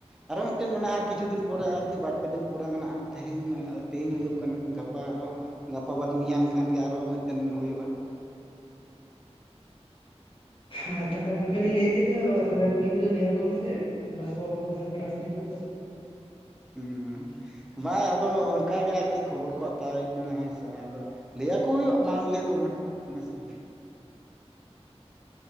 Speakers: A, in the centre; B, on the left.
A: ᱟᱨᱚ ᱢᱮᱫ ᱴᱮᱱ ᱢᱮᱱᱟᱜ-ᱟ ᱟᱨ ᱠᱤᱪᱷᱩ ᱫᱤᱱ ᱯᱚᱨᱮ ᱟᱨ ᱠᱤ ᱵᱟᱨ ᱯᱮ ᱫᱤᱱ ᱯᱚᱨᱮ ᱢᱮᱱᱟᱜ-ᱟ ᱛᱮᱦᱮᱧ ᱛᱮᱦᱮᱧ ᱦᱩᱭᱳᱜ ᱠᱟᱱᱟ ᱜᱟᱯᱟ ᱟᱨᱚ ᱜᱟᱯᱟ ᱵᱟᱫ ᱢᱮᱭᱟᱝ ᱠᱷᱟᱱ ᱜᱮ ᱟᱨ ᱦᱚ ᱢᱮᱫ ᱴᱮᱱ ᱦᱳᱭᱳᱜ-ᱟ
B: ᱦᱮᱸ ᱛᱟᱦᱞᱮ ᱜᱚᱝᱠᱮ ᱞᱟᱹᱭ ᱮᱫ ᱛᱟᱦᱮᱸᱫ ᱫᱚ ᱛᱟᱦᱞᱮ ᱠᱩᱲᱤ ᱜᱤᱫᱽᱨᱟᱹ ᱞᱟᱹᱭᱟᱠᱚ ᱵᱤᱱ ᱥᱮ ᱛᱟᱦᱞᱮ ᱟᱵᱚ ᱟᱵᱚ ᱜᱮᱵᱚᱱ ᱯᱮᱲᱟ ᱥᱟᱹᱨᱤ ᱠᱚᱜ ᱫᱚ
A: ᱦᱮᱸ ᱵᱟᱭ ᱟᱫᱚ ᱚᱱᱠᱟ ᱜᱮ ᱟᱨᱠᱤ ᱠᱷᱚᱵᱚᱨ ᱠᱚ ᱦᱟᱛᱟᱣ ᱦᱳᱭᱳᱜ ᱠᱟᱱᱟ ᱦᱮᱸ ᱥᱮ ᱟᱫᱚ ᱞᱟᱹᱭ ᱟᱠᱚ ᱦᱳᱭᱳᱜ-ᱟ ᱵᱟᱝ ᱞᱟᱹᱭ ᱫᱚ ᱵᱟᱝ ᱦᱮᱸ ᱥᱮᱸ